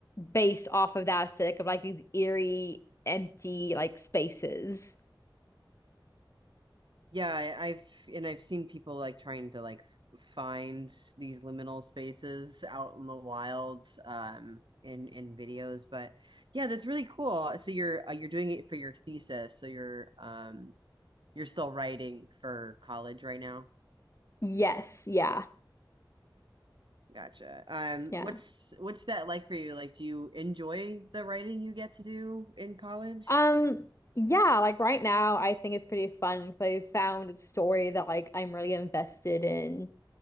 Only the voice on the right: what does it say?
Yeah, I, I've and I've seen people like trying to like f- find these liminal spaces out in the wild um in in videos, but yeah, that's really cool. So you're uh, you're doing it for your thesis. So you're um you're still writing for college right now.
Gotcha. Um,
what's what's that like for you? Like, do you enjoy the writing you get to do in college?